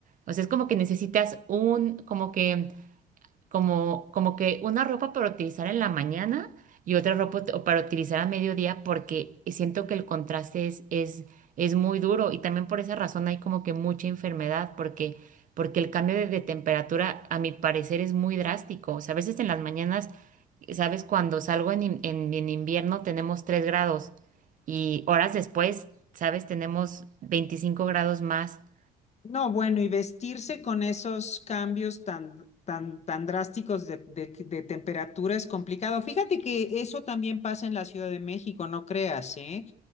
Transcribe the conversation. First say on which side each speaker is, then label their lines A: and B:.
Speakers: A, on the right; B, on the left.
A: o sea, es como que necesitas un, como que como, como que una ropa para utilizar en la mañana y otra ropa ut- para utilizar a mediodía porque siento que el contraste es, es, es muy duro y también por esa razón hay como que mucha enfermedad porque, porque el cambio de, de temperatura a mi parecer es muy drástico. O sea, a veces en las mañanas, ¿sabes? Cuando salgo en, in- en, en invierno tenemos 3 grados y horas después, ¿sabes? Tenemos veinticinco grados más. <laughs>
B: No, bueno, y vestirse con esos cambios tan, tan, tan drásticos de, de- de temperatura es complicado. Fíjate que eso también pasa en la Ciudad de México, no creas, ¿eh?